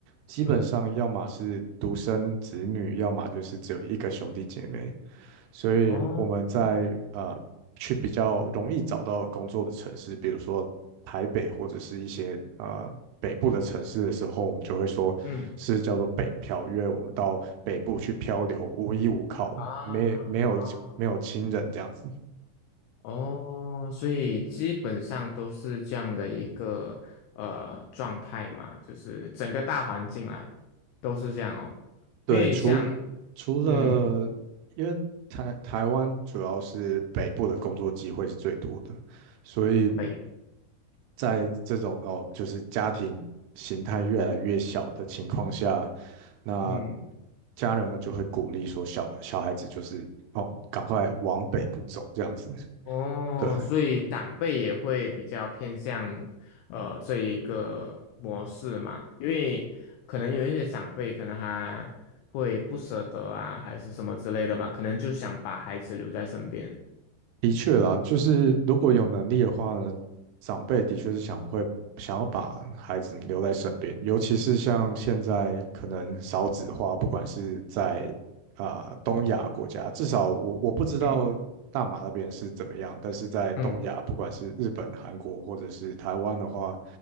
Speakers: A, on the right; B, on the left.
A: 基本上要么是独生子女，
B: 对，
A: 要么就是只有一个兄弟姐妹。所以我们在呃去比较容易找到工作的城市，
B: 哦，嗯
A: 比如说台北或者是一些呃北部的城市的时候，我们就会说是叫做北漂，
B: 嗯
A: 因为我们到北部去漂流，无依无靠，
B: 啊啊。
A: 没没有没有亲人这样子。
B: 哦，所以基本上都是这样的一个呃状态嘛，就是整个大环境来都是这样哦，
A: 对，
B: 因为像
A: 除除了因为台台湾主要是北部的工作机会是最多的，
B: 嗯
A: 所以
B: 北
A: 在这种哦，就是家庭形态越来越小的情况下，那
B: 嗯
A: 家人们就会鼓励说小小孩子就是哦，赶快往北部走这样子。
B: 哦，
A: 对，
B: 所以长辈也会比较偏向呃这一个模式嘛，因为可能有一些长辈可能还会不舍得啊，还是什么之类的嘛，可能就想把孩子留在身边。
A: 的确啦，就是如果有能力的话呢，长辈的确是想会想要把孩子留在身边，尤其是像现在可能少子化，不管是在啊、东亚国家，至少我我不知道大马那边是怎么样，
B: 嗯
A: 但是在东亚，
B: 嗯
A: 不管是日本、韩国或者是台湾的话，